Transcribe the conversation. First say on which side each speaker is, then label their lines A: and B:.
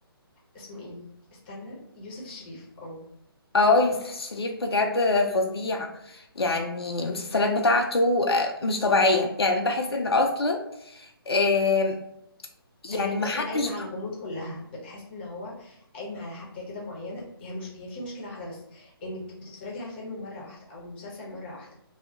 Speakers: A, on the left; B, on the left.
A: اسمه ايه استنى يوسف الشريف اه
B: اه يوسف الشريف بجد فظيع يعني المسلسلات بتاعته آه، مش طبيعية يعني بحس ان اصلا آه، يعني
A: هي بصي
B: ما حدش
A: قايمة على الغموض كلها بتحس ان هو قايمة على حبكة كده معينة هي مش هي فيها مشكلة واحدة بس انك بتتفرجي على الفيلم مرة واحدة او المسلسل مرة واحدة